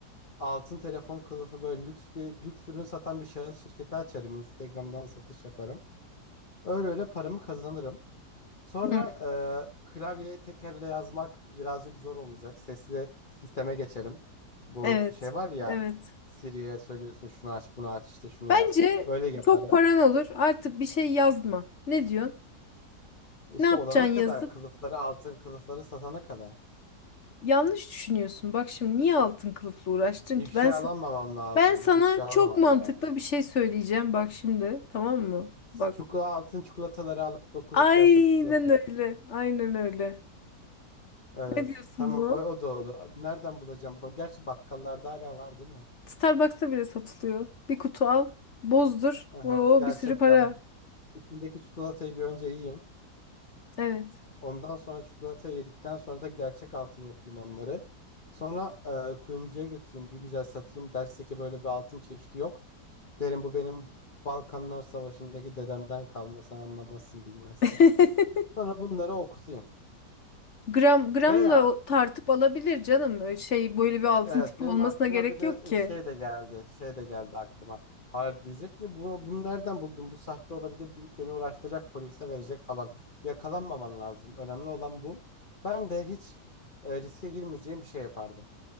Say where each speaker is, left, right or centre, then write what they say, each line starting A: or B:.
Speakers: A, on the left (about 35°); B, on the left (about 55°).
A: Altın telefon kılıfı böyle lüks bir lüks ürün satan bir şahıs şirketi açarım. Instagram'dan satış yaparım. Öyle öyle paramı kazanırım. Sonra
B: Hmm,
A: e, klavyeye tekerle yazmak birazcık zor olacak. Sesli sisteme geçerim. Bu
B: Evet.
A: şey var ya
B: Evet.
A: Siri'ye söylüyorsun şunu aç bunu aç işte şunu
B: Bence
A: yaz. Öyle yaparım.
B: çok paran olur. Artık bir şey yazma. Ne diyorsun?
A: İşte
B: Ne yapacaksın
A: olana kadar
B: yazıp?
A: kılıfları altın kılıfları satana kadar.
B: Yanlış düşünüyorsun. Bak şimdi niye altın kılıfla uğraştın
A: İfşalanmamam
B: ki? Ben sa-
A: lazım.
B: ben sana
A: İfşalanmamam
B: çok mantıklı
A: lazım.
B: bir şey söyleyeceğim. Bak şimdi, tamam mı? Bak.
A: Çikolata, altın çikolataları alıp dokunup
B: Aynen
A: gerçek çikolata yap.
B: öyle. Aynen öyle.
A: Evet.
B: Ne diyorsun
A: Tamam
B: buna?
A: o, o da olur. Nereden bulacağım? Bu- Gerçi bakkallarda hala var değil mi?
B: Starbucks'ta bile satılıyor. Bir kutu al, bozdur.
A: Aha,
B: Oo,
A: gerçekten.
B: bir sürü para.
A: içindeki çikolatayı bir önce yiyeyim.
B: Evet.
A: Ondan sonra çikolatayı yedikten sonra da gerçek altın yapayım onları. Sonra e, kuyumcuya götüreyim. Bir güzel satayım. Derse ki böyle bir altın çeşidi yok. Derim bu benim Balkanlar Savaşı'ndaki dedemden kalma. Sen anlamazsın bilmezsin.
B: <laughs>
A: Sonra bunları okutayım.
B: Gram gramla
A: Veya
B: o- tartıp alabilir canım. Öyle Şey böyle bir altın
A: evet
B: tipi
A: benim
B: olmasına
A: aklıma
B: gerek
A: bir de
B: yok
A: e,
B: ki.
A: şey de geldi. Şey de geldi aklıma. Hayır diyecek ki bunu, bunu nereden buldun? Bu sahte olabilir deyip beni uğraştıracak polise verecek falan. Yakalanmaman lazım. Önemli olan bu. Ben de hiç e, riske girmeyeceğim bir şey yapardım.